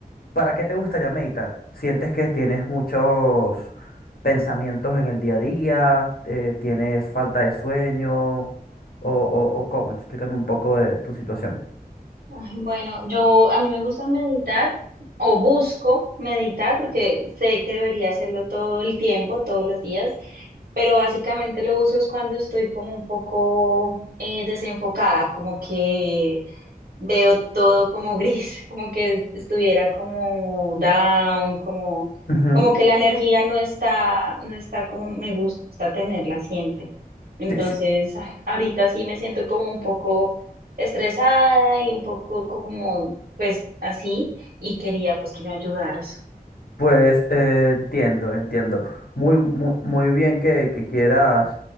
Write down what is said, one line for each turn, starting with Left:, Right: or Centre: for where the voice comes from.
Left: ¿para qué te gustaría meditar? ¿Sientes que tienes muchos pensamientos en el día a día? Eh, ¿tienes falta de sueño? ¿O, o- o cómo? Explícame un poco de tu situación.
Right: Ay, bueno, yo a mí me gusta meditar o busco meditar porque sé que debería hacerlo todo el tiempo, todos los días, pero básicamente lo busco es cuando estoy como un poco eh, desenfocada, como que veo todo como gris, <laughs> como que estuviera como down, como,
Left: Ujú.
Right: como que la energía no está, no está como me gusta tenerla siempre. Entonces,
Left: Sí, sí,
Right: ah, ahorita sí me siento como un poco estresada y un poco como, pues así, y quería pues que me ayudaras.
Left: Pues eh, entiendo, entiendo. Muy, muy, muy bien que, que quieras